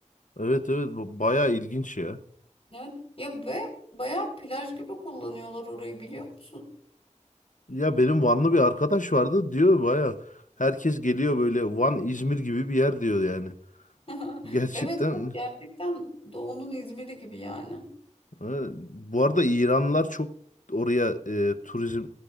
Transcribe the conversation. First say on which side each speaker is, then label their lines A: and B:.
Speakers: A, on the left; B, on the left.
A: evet evet bu bayağı ilginç ya.
B: Evet. Ya ve bayağı plaj gibi kullanıyorlar orayı biliyor musun?
A: Ya benim Vanlı bir arkadaş vardı diyor baya herkes geliyor böyle Van İzmir gibi bir yer diyor yani.
B: <laughs>
A: Gerçekten
B: Evet, evet gerçekten doğunun İzmir'i gibi yani.
A: e, bu arada İranlılar çok oraya e, turizm